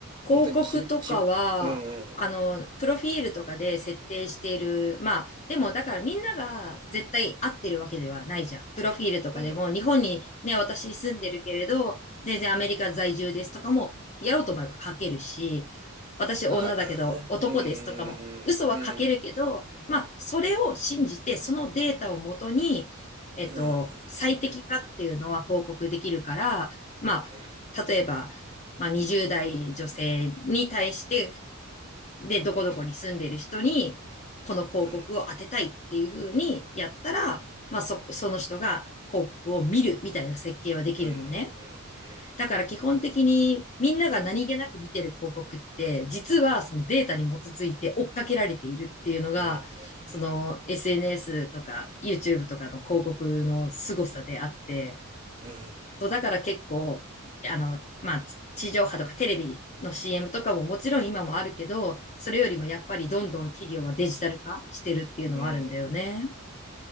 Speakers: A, on the right; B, on the left.
A: 本当にき、
B: 広告とかは、
A: き、うんうん。
B: あの、プロフィールとかで設定している。まあ、でもだからみんなが絶対合ってるわけではないじゃん。プロフィールとかでも、
A: うん
B: 日本にね、私住んでるけれど、全然アメリカ在住ですとかも、やろうと思えば書けるし、私女だけど男ですとかも、
A: ああ、なるほどね。うーん、
B: 嘘は書けるけど、
A: うん、
B: まあ、それを信じて、そのデータをもとに、えっと、
A: うん、
B: 最適化っていうのは広告できるから、まあ、
A: うん、
B: 例えば、まあ、20代女性に対して、で、どこどこに住んでる人に、この広告を当てたいっていう風にやったら、
A: うん、うん、
B: まあ、そ、その人が広告を見るみたいな設計はできるのね。
A: うん、うん、
B: だから基本的にみんなが何気なく見てる広告って、実はそのデータに基づいて追っかけられているっていうのが、
A: うん、うん、
B: その
A: うん、
B: SNS とか YouTube とかの広告の凄さであって、
A: うん、
B: そう、だから結構、あの、まあ、地地上波とかテレビの CM とかももちろん今もあるけど、それよりもやっぱりどんどん企業はデジタル化してるっていうのはあるんだよね。
A: うん